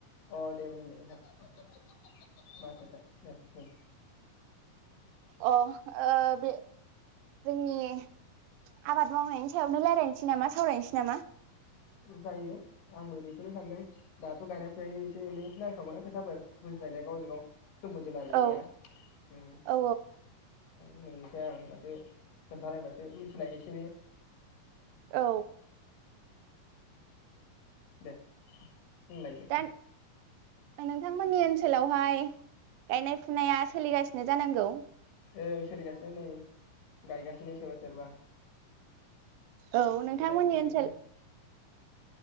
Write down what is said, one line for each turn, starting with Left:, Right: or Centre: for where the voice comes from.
Left: अ दे बुं दे नोंथां। मा खोथा दे बुं।
Right: अ ओ बे जोंनि आबाद मावनाय सायावनो रायलायनोसै नामा सावरायनोसै नामा?
Left: जायो आंबो बेखौनो सानदों दाथ' गायना फुनायनि एसे एनै नांखागौना खोथाफोर बुजिलायनाया गावजों गाव सोमोन्दो लालायनाया
Right: औ
Left: ओं
Right: औ
Left: नोंनिखो आं बासो खोन्थालायबासो मिथिलायो एसेनो।
Right: औ।
Left: दे होनलायदो
Right: दा नोंथांमोननि ओनसोलावहाय गायनाय फुनाया सोलिगासिनो जानांगौ।
Left: ओ सोलिगासिनो नै गायगासिनो सोरबा सोरबा
Right: औ नोंथांमोननि
Left: फुनाय फुनाय
Right: ओनसोल